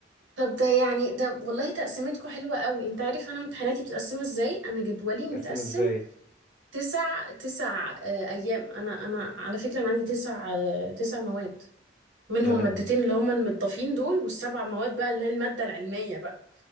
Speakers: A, on the right (about 85°); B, on the left (about 50°).
A: طب ده يعني ده والله تقسيمتكم حلوة قوي انت عارف انا امتحاناتي بتقسمها ازاي انا جدولي متقسم
B: <laughs> تقسم ازاي
A: تسع تسع آه ايام انا انا على فكرة انا عندي تسع آه تسع مواد منهم
B: يا لهوي
A: مادتين اللي هما المتضافين دول والسبع مواد بقى اللي هي المادة العلمية بقى